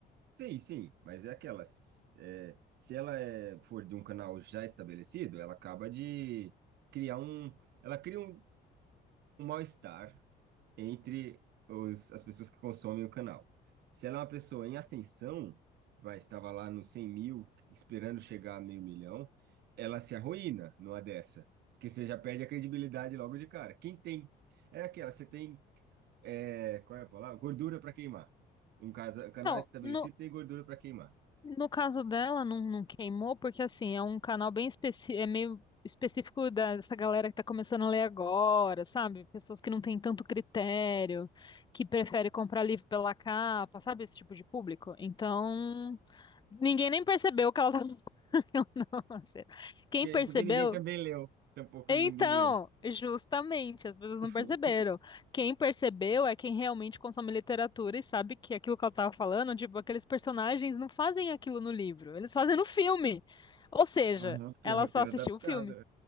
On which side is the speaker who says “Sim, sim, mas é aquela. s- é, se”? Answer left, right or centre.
Right